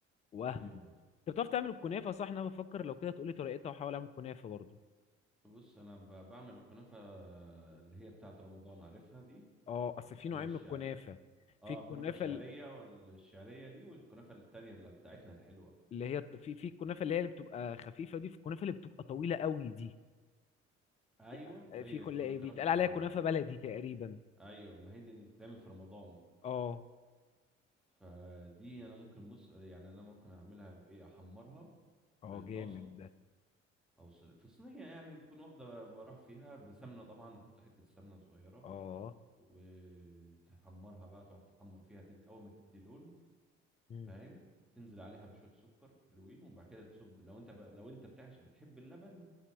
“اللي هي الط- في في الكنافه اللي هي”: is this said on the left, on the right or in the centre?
Left